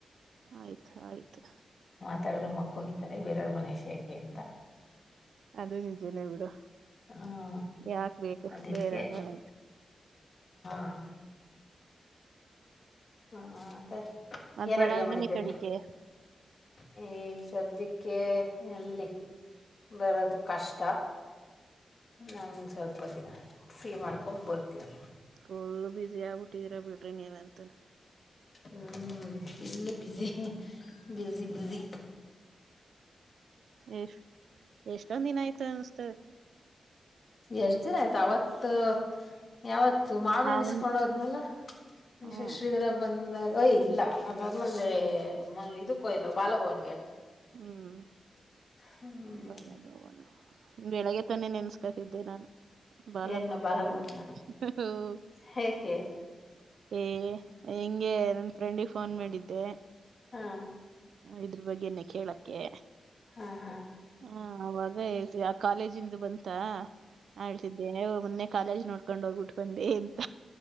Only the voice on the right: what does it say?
ಆಯ್ತ್ ಆಯ್ತು.
ಅದು ನಿಜನೇ ಬಿಡು
ಯಾಕ್ ಬೇಕು
ಬೇರೆಯವರ್ ಮನೆದು.
ಮತ್
ಬರಲ್ವೇನ್
ಈ ಕಡಿಕೆ
ಫುಲ್ ಫುಲ್ ಆಗ್ಬಿಟ್ಟಿದ್ದೀರಾ ಬಿಡ್ರಿ ನೀವೆ ಅಂತನ.
Yes ಎಷ್ಟೊಂದ್ ದಿನ ಆಯ್ತ್. ಆಯ್ತ ಅನಿಸುತ್ತದೆ.
ಅವನ್
ಹ್ಮ್
ಹ್ಮ್
<unintelligible> ಬೆಳಗ್ ತಾನೆ ನೆನ್ಸ್ ಕತಿದ್ದೆ ನಾನು ಬಾಲ
<unintelligible>
ಹೇ ಹಿಂಗೆ ನನ್ ಫ್ರೆಂಡಿಗೆ ಫೋನ್ ಮಾಡಿದ್ದೆ
ಇದ್ರು ಬಗ್ಗೆನೆೇ ಕೇಳಕ್ಕೆೆ.
ಹಾ ಅವಾಗ ಹೇಳ್ತಿವ್ ಕಾಲೇಜಿಂದ ಬಂತ. ಹಾ ಹಳ್ತಿದ್ದೇನೆ ನೀವು ಮೊನ್ನೆ. ಕಾಲೇಜ್ ನೋಡ್ಕೊಂಡ್ ಹೋಗ್ಬಿಟ್ಟು ಬಂದೆ ಅಂತ.